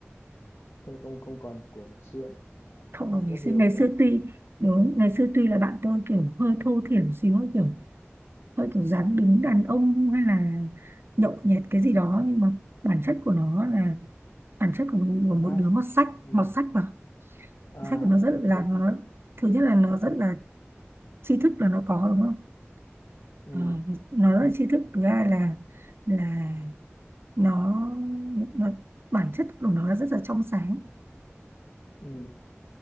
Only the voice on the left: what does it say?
tức là không không còn của ngày xưa nữa. Nó nó
khác
rất
nhiều
đúng
không
ừ
ừ.
ấm
áp
ừ
à
ok
hiểu
ừ
ừ